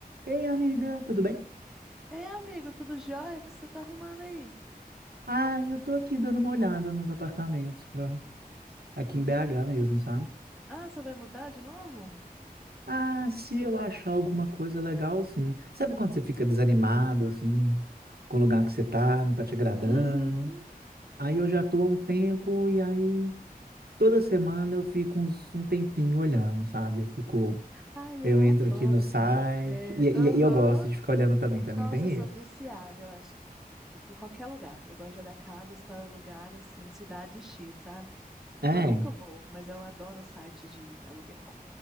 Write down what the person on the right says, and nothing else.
Ei, amiga, tudo bem?
Ah, eu tô aqui dando uma olhada nos apartamentos pra... aqui em BH mesmo, sabe?
Ah, se eu achar alguma coisa legal, sim. Sabe quando você fica desanimado,
assim, com o lugar que você tá, não tá te agradando?
Aí eu já tô há um tempo e aí toda semana eu fico uns- um tempinho olhando, sabe? Eu fico,
eu
entro aqui no site
e, e,
e eu gosto de ficar olhando também, também
tem
isso.
É,